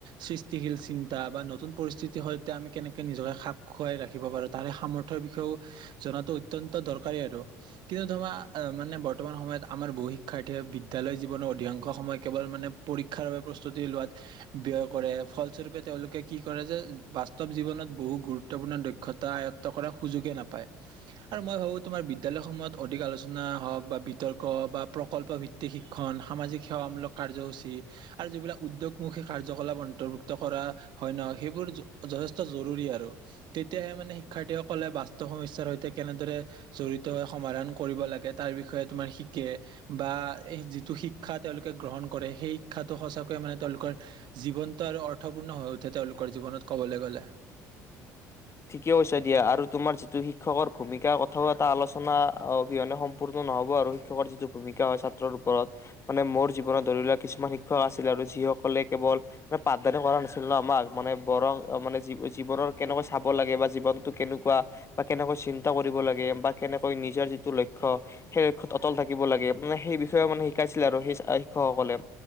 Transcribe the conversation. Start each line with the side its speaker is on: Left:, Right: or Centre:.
Right: সৃষ্টিশীল চিন্তা বা নতুন পৰিস্থিতিৰ সৈতে আমি কেনেকে নিজকে খাপ খুৱাই ৰাখিব পাৰো তাৰে সামৰ্থয়ৰ বিষয়েও জাতো অত্য়ন্ত দৰকাৰী আৰু কিন্তু ধৰা মানেৰ। বৰ্তমান সময়ত আমাৰ বহু শিক্ষাৰ্থীয়ে বিদ্যালয় জীৱনৰ অধিকাংশ সময় কেৱল মানে পৰীক্ষাৰ বাবে প্ৰস্তুতি লোৱাত ব্যয় কৰে ফলস্বৰূপে তেওঁলোকে কি কৰে যে বাস্তৱ জীৱনত বহু গুৰুত্বপূৰ্ণ দক্ষতা আয়ত্ব কৰাৰ সুযোগে নাপায় আৰু মই ভাবো তোমাৰ বিদ্যালয়সমূহত অধিক আলোচনা হওক বা। বিতৰ্ক বা প্ৰকল্প ভিত্তিক শিক্ষণ সামাজিক সেৱামূলক কাৰ্যসূচী আৰু যিবিলাক উদ্যোগমূখী কাৰ্যকলাপ অন্তৰ্ভুক্ত কৰা হয় ন সেইবোৰ যথেষ্ট জৰুৰী আৰু তেতিয়াহে মানে শিক্ষাৰ্থীসকলে বাস্তৱ সমস্যয়াৰ সৈতে কেনেদৰে জড়িত হৈ সমাধান কৰিব লাগে তাৰ বিষয়ে। তোমাৰ শিকে বা যিটো শিক্ষা তেওঁলোকে গ্ৰহণ কৰে সেই শিক্ষাটো সঁচাকয়ে মানে তেওঁলোকৰ জীৱনটো আৰু অৰ্থপূৰ্ণ হৈ উঠে তেওঁলোকৰ জীৱনত ক'বলৈ গ'লে।
Left: ঠিকে কৈছ দিয়া আৰু তোমাৰ যিটো শিক্ষকৰ ভূমিকা কথাও এটা আলোচনা অবিহনে সম্পূৰ্ণ নহব আৰু শিক্ষকৰ যিটো ভূমিকা হয় ছাত্ৰৰ ওপৰত মানে মোৰ জীৱনত ধৰি লোৱা কিছুমান শিক্ষক আছিল আৰু যিসকলে কেৱল পাঠদানি কৰা নাছিল ন আমাক মানে বৰং মানে জীৱনৰ কেনেকুৱা। চাব লাগে বা জীৱনটো কেনেকুৱা বা কেনেকৈ চিন্তা কৰিব লাগে বা কেনেকৈ নিজৰ যিটো লক্ষ্য সেই লক্ষ্য়ত অটল থাকিব লাগে মানে সেই বিষয়ে মানে শিকাইছিলে আৰু সেই শিক্ষকসকলে